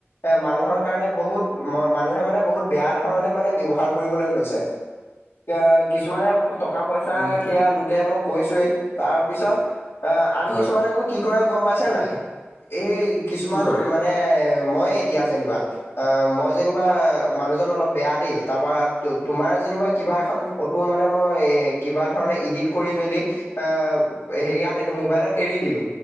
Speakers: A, on the left (about 80°); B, on the left (about 45°).
A: এ মানুহৰ কাৰণে বহুত মানুহে মানে বহুত বেয়া ধৰণে মানে ব্যৱহাৰ কৰিব লৈছে এতিয়া কিছুমানে টকা পইচা
B: উম
A: সেয়া লোতে মই কৈছোৱে তাৰ পিছত অ', আন
B: হয়
A: কিছুমানে আকৌ কি কৰে গম পাইছে নাই। এই কিছুমান
B: কি কৰে
A: মানে মইে এতিয়া যেনিবা অ' মই যেনিবা মানুহজন অলপ বেয়া দেই তাৰপা তোমাৰ যেনিবা কিবা এখন ফটো মানে মই এ কিবা ধৰণে ইডিট কৰি মেলি এ হেৰিয়াত এই মোবাইলত এৰি দিলো।